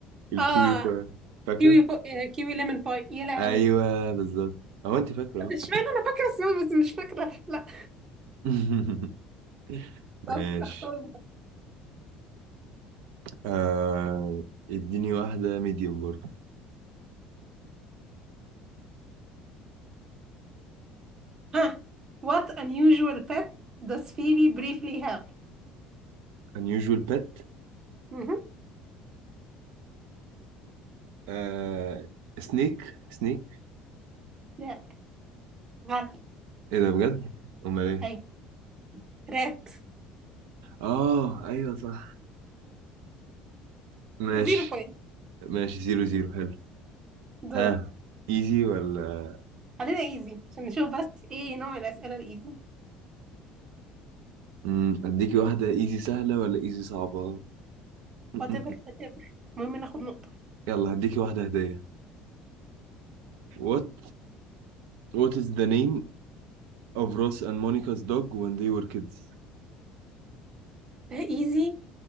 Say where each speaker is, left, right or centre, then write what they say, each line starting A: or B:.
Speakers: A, on the right (about 80°); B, on the right (about 25°).
A: الكيوي
B: اه
A: باي فاكرة؟
B: كيوي بو... آه، كيوي ليمون باي يا لهوي
A: ايوه بالظبط هو انت فاكرة
B: طب اشمعنى انا فاكره اسمها بس مش فاكره لا
A: <laughs> ماشي
B: طب اختار انت.
A: آه... اديني واحدة ميديوم برضه
B: ها what unusual pet does Phoebe briefly have
A: unusual pet
B: مهم.
A: آه... سنيك سنيك
B: لا غلط
A: ايه ده بجد؟ امال ايه؟
B: هاي رات
A: اه ايوه صح ماشي
B: زيرو بوينت
A: ماشي زيرو زيرو حلو
B: دول
A: ها ايزي ولا
B: خلينا ايزي عشان نشوف بس ايه نوع الاسئله الايزي
A: مم، اديكي واحدة ايزي سهلة ولا ايزي صعبة؟ <laughs>
B: whatever whatever المهم ناخد نقطه
A: يلا هديكي واحدة هدية what what is the name of Ross and Monica's dog when they were kids
B: ده ايزي